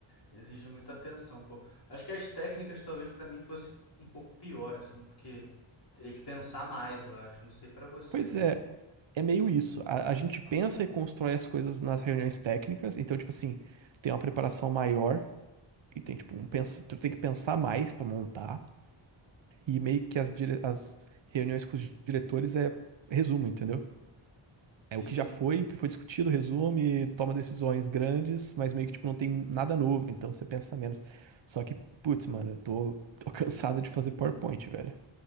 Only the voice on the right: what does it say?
Pois
é, É meio isso. A, a gente pensa e constrói as coisas nas reuniões técnicas. Então, tipo assim, tem uma preparação maior e tem, tipo, um pensa, tu tem que pensar mais pra montar. E meio que as, dire- as reuniões com os diretores é resumo, entendeu?
É o que já foi, o que foi discutido, resume, toma decisões grandes, mas meio que, tipo, não tem nada novo. Então, você pensa menos. Só que, putz, mano, eu tô, tô <laughs> cansado de fazer PowerPoint, velho.